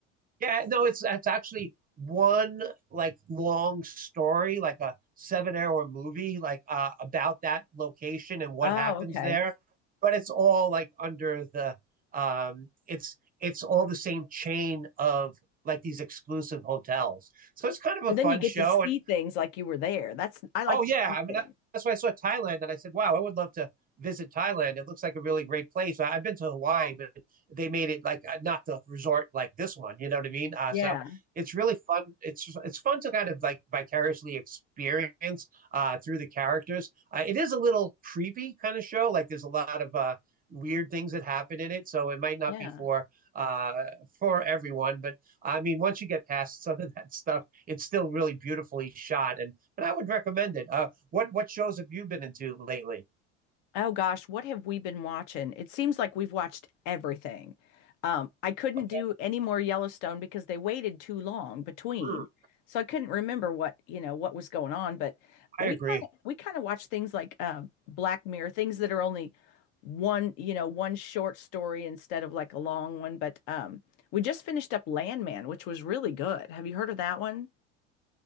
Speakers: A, on the right; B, on the left.
A: yeah, no, it's it's actually one like long story, like a seven hour movie, like uh, about that location and what
B: Oh,
A: happens
B: okay.
A: there. But it's all like under the um, it's it's all the same chain of like these exclusive hotels. So it's kind of
B: So
A: a
B: then
A: fun
B: you get
A: show,
B: to see
A: and
B: things like you were there. That's, I like
A: Oh yeah,
B: to see
A: I mean
B: things.
A: that- that's why I saw Thailand and I said, wow, I would love to visit Thailand. It looks like a really great place. I, I've been to Hawaii, but they made it like uh, not the resort like this one. You know what I mean? Uh,
B: Yeah,
A: so it's really fun. It's it's fun to kind of like vicariously experience uh, through the characters. Uh, it is a little creepy kind of show. Like there's a lot of uh, weird things that happen in it, so it might not
B: yeah.
A: be for uh, for everyone. But I mean, once you get past some of that stuff it's still really beautifully shot, and and I would recommend it. Uh, what what shows have you been into lately?
B: Oh gosh, what have we been watching? It seems like we've watched everything. Um, I couldn't
A: Okay,
B: do any more Yellowstone because they waited too long between.
A: Mm,
B: So I couldn't remember what, you know, what was going on, but we
A: I agree.
B: kind of we kind of watch things like uh, Black Mirror, things that are only one, you know, one short story instead of like a long one, but um we just finished up Landman, which was really good. Have you heard of that one?